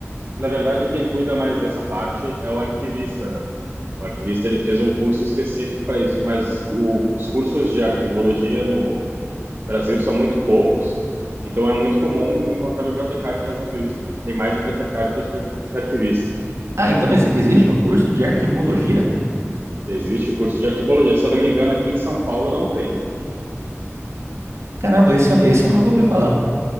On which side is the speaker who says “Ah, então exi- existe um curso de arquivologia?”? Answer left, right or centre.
Right